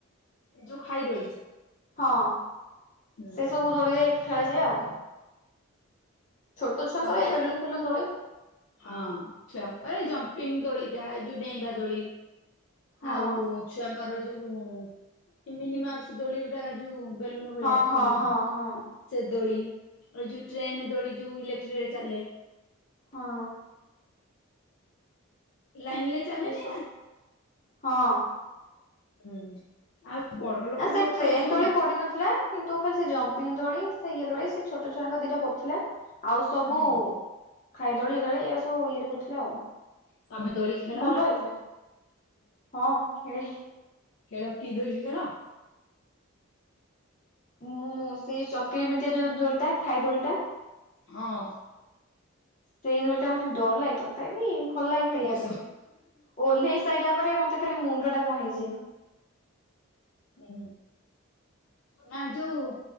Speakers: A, on the left (about 55°); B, on the left (about 35°).
A: ଏ ଯୋଉ ଖାଇଦୋଳି।
B: ହଁ
A: ହୁଁ
B: ସେସବୁ ଦୋଳିରେ ଖେଳାଯାଏ ଆଉ। ଛୋଟଛୁଆଙ୍କର
A: ତମେ ଯାଇ
B: ବେଲୁନ୍ ଫେଲୁନ୍ ଦୋଳି।
A: ହଁ ଛୁଆଙ୍କର ଜମ୍ପିଙ୍ଗ ଦୋଳି ଥାଏ ଯୋଉ ଡେଇଁବା ଦୋଳି।
B: ହଁ
A: ଆଉ ଛୁଆଙ୍କର ଯୋଉ ମିନିମାଉସ୍ ଦୋଳି ଓରା ଯୋଉ ବେଲୁନୁ ଭଳିଆ
B: ହଁ
A: ଫୁଲିକି
B: ହଁ ହଁ ହଁ।
A: ସେ ଦୋଳି ଏ ଯୁ ଟ୍ରେନ ଦୋଳି ଯୁ ଇଲେକ୍ଟ୍ରିକରେ ଚାଲେ।
B: ହଁ।
A: ଲାଇନ ଲେ ଚାଲେ
B: ଶେଷ
A: ନାଇଁ ନା।
B: ହଁ।
A: ହୁଁ ଆଉ ବଡ ଲୋକଙ୍କର
B: ନା ସେ ଟ୍ରେନ
A: ତ ଯୋଉ
B: ଦୋଳି ପଡିନଥିଲା। କିନ୍ତୁ ଖାଲି ସେ ଜମ୍ପିଂ ଦୋଳି ସେ ଇଏ ଦଳି ସେ ଛୋଟ ଛୁଆଙ୍କ ଦିଟା ପଡିଥିଲା। ଆଉ ସବୁ
A: ହୁଁ
B: ଖାଇଦୋଳି- ଦୋଳି ଏୟା ସବୁ ଇଏରେ ପଡିଥିଲା ଆଉ।
A: ତମେ ଦୋଳି ଖେଳ
B: ଭଲ
A: ନା
B: ହେଇଥିଲା ହଁ ଖେଳି
A: ଖେଳ କି ଦୋଳି ଖେଳ।
B: ମୁଁ ସେଇ ଯୋଉ ଚକଇ ମିଣ୍ଟିଆ ଯୋଉ ଦୋଳିଟା ଖାଇ ଦୋଳିଟା।
A: ହଁ।
B: ସେଇ ଦୁଳିଟା ମୋତେ ଡର ଲାଗେ ତଥାପି ଭଲ ଲାଗେ ଖେଳିବା
A: ବସ
B: ପାଇଁ ଓହ୍ଲେଇ ସାରିଲା ପରେ ମ ମତେ ଖାଲି ମୁଣ୍ଡ ଟା କଣ ହେଇଯାଏ।
A: ହୁଁ। ନା ଯୋଉ